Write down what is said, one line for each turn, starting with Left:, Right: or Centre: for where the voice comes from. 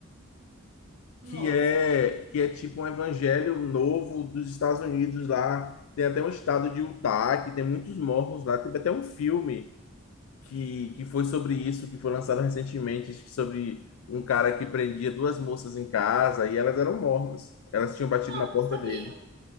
Right: Nossa.
Left: que é que é tipo um evangelho novo dos Estados Unidos lá. Tem até um estado de Utah que tem muitos mormons lá. Teve até um filme que, que foi sobre isso, que foi lançado recentemente, acho que sobre um cara que prendia duas moças em casa e elas eram mormons. Elas tinham batido
Right: Não,
Left: na porta
Right: não sabia.
Left: dele.